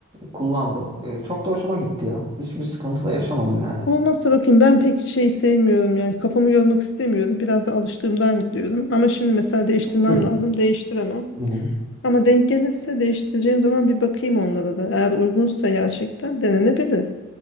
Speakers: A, on the right (about 20°); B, on the left (about 60°).
A: Kullandım. E, çok da hoşuma gitti ya. Hiçbir sıkıntı da yaşamadım yani.
B: Olmazsa bakayım ben pek şey sevmiyorum yani kafamı yormak istemiyorum. Biraz da alıştığımdan gidiyorum. Ama şimdi mesela değiştirmem
A: Hı.
B: lazım. Değiştiremem.
A: Hı hı.
B: Ama denk gelirse değiştireceğim zaman bir bakayım onlara da. Eğer uygunsa gerçekten denenebilir.